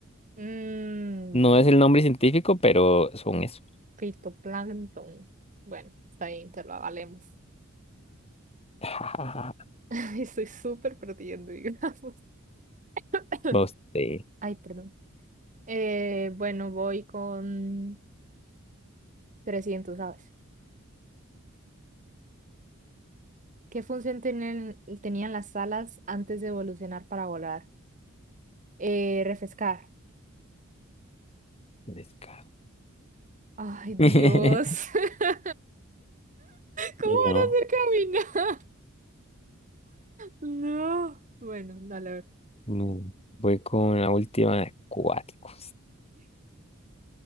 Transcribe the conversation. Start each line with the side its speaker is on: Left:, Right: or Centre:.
Right: Mmm,
Left: No es el nombre científico, pero son eso.
Right: fitoplancton. Bueno, está bien, te lo avalemos.
Left: <laughs>
Right: <laughs> Estoy súper perdiendo, digamos. <laughs> <coughs>
Left: Vos te
Right: Ay, perdón. Eh, bueno, voy con 300 aves. ¿Qué función tienen, tenían las alas antes de evolucionar para volar? Eh, refrescar.
Left: descaro.
Right: Ay, Dios.
Left: <laughs>
Right: <laughs> ¿Cómo
Left: Y
Right: van
Left: no,
Right: a hacer caminar? No. Bueno, dale a ver.
Left: no. Voy con la última de acuáticos.